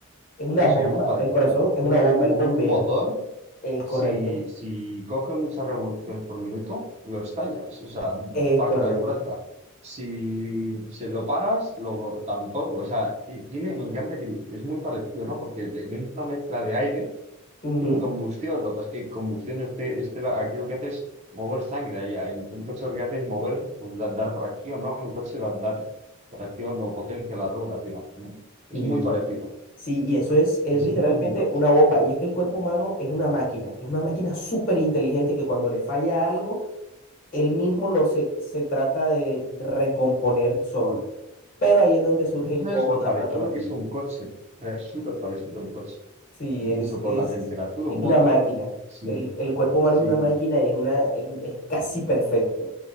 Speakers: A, on the left; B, on the right.
A: es una
B: es
A: bomba,
B: muy parecido.
A: el corazón es
B: Un,
A: una bomba,
B: un,
A: él
B: mo-
A: bombea.
B: un motor,
A: Es correcto,
B: si, si coge muchas revoluciones por minuto, lo estallas, o sea,
A: es
B: parte
A: correcto.
B: la culata. Si se lo paras, lo tampoco. O sea, ti- tiene, me encanta que es muy parecido, ¿no? Porque le- le es una mezcla de aire
A: Ujú,
B: y combustión, lo que pasa es que combustión, este, este, la- aquí lo que hace es mover sangre. allá el Un coche lo que hace es mover, pues, da- dar tracción, ¿no? Un coche va a dar tracción o potencia a las ruedas, digamos, ¿no? Es
A: Sí.
B: muy parecido,
A: Sí, y eso es, es
B: es
A: literalmente
B: muy, muy parecido.
A: una bomba. Y es que el cuerpo humano es una máquina, es una máquina súper inteligente que cuando le falla algo, él mismo lo se, se trata de recomponer solo. Pero ahí es donde surgen
B: No sabes
A: otras
B: lo parecido
A: patologías.
B: que es un coche, o sea, es súper parecido a un coche.
A: Sí,
B: Incluso
A: es,
B: por
A: es,
B: la temperatura,
A: es
B: un motor,
A: una máquina.
B: sí,
A: El, el cuerpo humano
B: sí.
A: es una máquina y es, una, es, es casi perfecto.